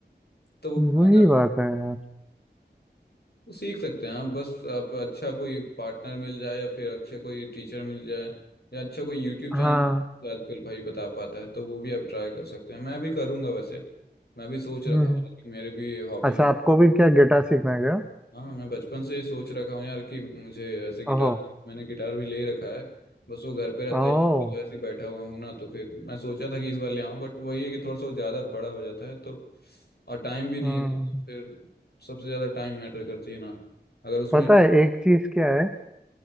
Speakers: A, on the left; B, in the centre.
A: तो वो
B: वही
A: अगर
B: बात है यार
A: तो सीख सकते हैं आप बस आप अच्छा कोई पार्टनर मिल जाए या फिर अच्छे कोई टीचर मिल जाए या अच्छा कोई यूट्यूब चैनल
B: हाँ
A: आजकल भाई बता पाता है तो वो भी आप ट्राई कर सकते हैं मैं भी करूँगा वैसे मैं भी सोच रखा
B: हम्म
A: हूँ
B: हम्म।
A: कि मेरे भी हॉबी होनी
B: अच्छा आपको भी क्या गिटार सीखना है क्या
A: हाँ मैं बचपन से ये सोच रखा हूँ यार कि मुझे ऐसे गिटार
B: ओहो
A: मैंने गिटार भी ले रखा है बस वो घर पे रहता
B: ओह
A: है एक जगह से बैठा हुआ हूँ ना तो फिर मैं सोचा था कि इस बार ले आऊँ बट वही है कि थोड़ा सा वो ज़्यादा बड़ा हो जाता है तो और टाइम भी नहीं
B: हम्म
A: है, तो
B: हम्म, हम्म।
A: फिर सबसे ज़्यादा टाइम मैटर करती है ना अगर उसमें
B: पता है एक चीज क्या है